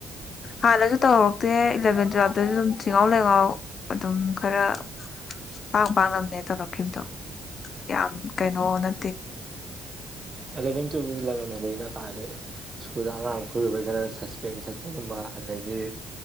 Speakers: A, on the left; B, on the right.
A: ꯍꯥꯟꯅꯁꯨ ꯇꯧ ꯦ ꯏꯂꯚꯦꯟ ꯇꯨꯋꯦꯜꯞꯇꯁꯨ ꯑꯗꯨꯝ ꯊꯤꯍꯥꯎ ꯂꯩꯉꯥꯎ ꯑꯗꯨꯝ ꯈꯔ ꯄꯥꯛ ꯄꯥꯛ ꯉꯝꯅꯦ ꯇꯧꯔꯛꯈꯤꯕꯗꯣ ꯌꯥꯝ ꯀꯩꯅꯣꯅ
B: ꯑꯗꯕ ꯇ ꯂ ꯑꯩꯅ ꯀꯥꯏꯗ ꯁ꯭ꯀꯨꯜꯗ ꯑꯉꯥꯡ ꯐꯨꯔꯨꯕꯩ ꯈꯔ ꯁꯁꯄꯦꯟ ꯆꯠꯇꯔꯝꯕ ꯑꯗꯒꯤ